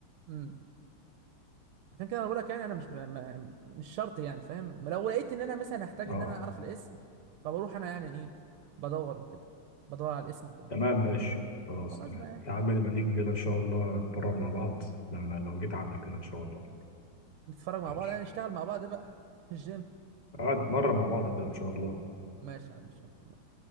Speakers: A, on the right; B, on the left.
A: امم عشان كده انا بقول لك يعني انا مش ب... ما... مش شرط يعني فاهم لو لقيت ان انا مثلا هحتاج
B: اه
A: ان انا اعرف الاسم فبروح انا يعني ايه بدور وكده بدور على الاسم وكده
B: تمام ماشي خلاص
A: خلاص
B: تمام
A: بقى يعني
B: يا عم لما نيجي كده ان شاء الله نتمرن مع بعض لما لو جيت عندك كده ان شاء الله
A: نتفرج مع
B: ماشي
A: بعض يعني نشتغل مع بعض بقى في الجيم
B: اه نتمرن مع بعض كده ان شاء الله
A: ماشي يا عم هشام تمام